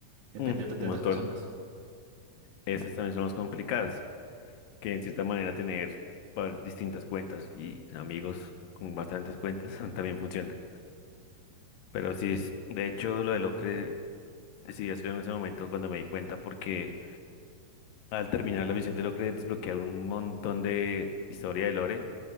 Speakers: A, on the right (about 90°); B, on the left (about 80°).
A: Depende
B: Mm,
A: de, ot- de
B: un
A: otras
B: montón.
A: personas.
B: Esas también son las complicadas, que en cierta manera tener pa- distintas cuentas y amigos con bastantes cuentas <laughs> también funciona. Pero sí es, de hecho, lo de Locre decidí hacerlo en ese momento cuando me di cuenta porque al terminar la misión de Locre desbloquearon un montón de historia de Lore